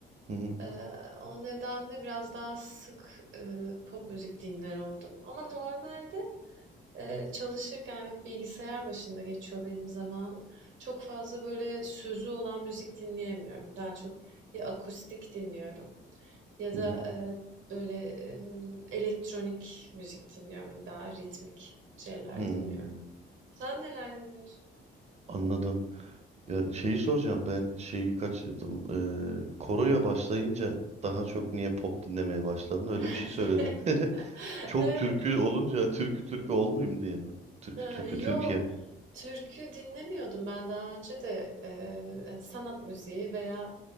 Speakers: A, on the right (about 35°); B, on the right (about 75°).
A: Hı hı.
B: Eee, o nedenle biraz daha sık, eee, pop müzik dinler oldum. Ama normalde, eee, çalışırken hep bilgisayar başında geçiyor benim zamanım. Çok fazla böyle sözü olan müzik dinleyemiyorum. Daha çok ya akustik dinliyorum ya da,
A: Hı hı.
B: eee, böyle, emm, elektronik müzik dinliyorum, hani, daha ritmik şeyler
A: Hmm,
B: dinliyorum. Sen neler dinliyorsun?
A: Anladım. Ya şeyi soracağım ben şeyi kaçırdım. Ee, koroya başlayınca daha çok niye pop dinlemeye başladın? Öyle
B: <laughs>
A: bir şey söyledin. <laughs> Çok
B: Evet.
A: türkü olunca türkü türkü olmayayım diye mi? Türkü
B: Ha,
A: türkü
B: yok,
A: Türkiye.
B: türkü dinlemiyordum ben daha önce de, eee, hani, sanat müziği veya,